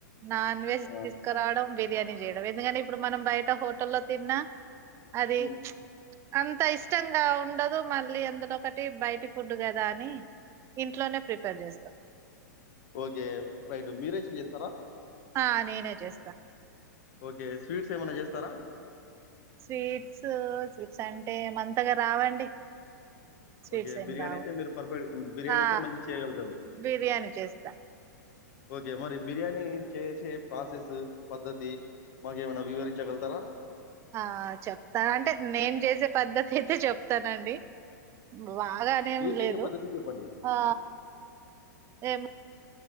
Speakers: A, on the right; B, on the left.
A: నాన్ వెజ్
B: ఆ!
A: తీసుకురావడం బి బిర్యానీ చేయడం ఎందుకంటే ఇప్పుడు మనం బయట హోటల్లో తిన్నా అది
B: హ్మ్.
A: అంతాయిస్ ష్టంగా ఉండదు మళ్ళీ అందులో ఒకటి బయటి ఫుడ్ కదా అని ఇంట్లోనే ప్రిపేర్ చేస్తా
B: ఓకే రైట్ మీరే చె చేస్తారా
A: ఆ నేనే చేస్తా
B: ఓకే స్వీట్స్ ఏమన్నా చేస్తారా
A: స్వీట్స్ స్వీట్స్ అంటే అంతగా రావండి స్వీట్స్
B: ఓకే
A: ఏం
B: బిర్యానీ
A: రావు
B: అయితే మీరు పర్ఫెక్ట్ బిర్యానీ
A: ఆ
B: అయితే మంచిగా చేయగలుగుతారు
A: బిర్యానీ చేస్తా
B: ఓకే మరి బిర్యానీ చేసే ప్రాసెస్ పద్ధతి మాకు ఏమైనా వివరించగలుగుతారా
A: ఆ చెప్తా అంటే నేను చేసే పద్ధతి అయితే చెప్తానండి బాగానేం
B: మీరు చేసే
A: లేదు
B: పద్ధతి చెప్పండి.
A: ఆ ఏమ్